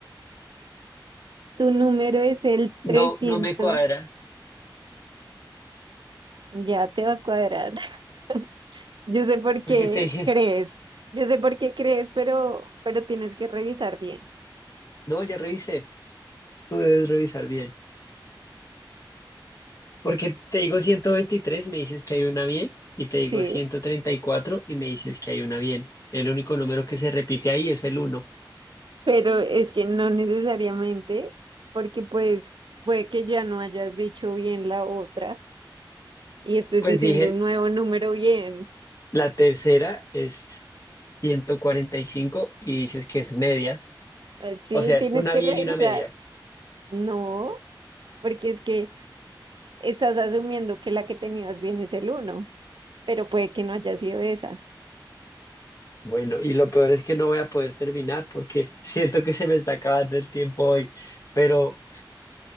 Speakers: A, on the right; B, on the left.
A: Tu número es el
B: No,
A: trescientos.
B: no me cuadra,
A: Ya te va a cuadrar. <laughs> Yo sé por
B: porque
A: qué
B: te dije,
A: crees. Yo sé por qué crees, pero, pero tienes que revisar bien.
B: no, ya revisé, tú debes revisar bien. Porque te digo 123 me dices que hay una bien, y te digo
A: Sí.
B: ciento treinta y cuatro y me dices que hay una bien. El único número que se repite ahí es el uno
A: Pero es que no necesariamente, porque pues puede que ya no hayas dicho bien la otra y estés
B: Pues
A: diciendo
B: dije,
A: un nuevo número bien.
B: la tercera es 145 y dices que es media,
A: Eh, Sí,
B: o sea, es
A: tienes
B: una
A: que
B: bien
A: revisar.
B: y una media.
A: No, porque es que estás asumiendo que la que tenías bien es el uno pero puede que no haya sido esa.
B: Bueno, y lo peor es que no voy a poder terminar porque <laughs> siento que se me está acabando el tiempo hoy, pero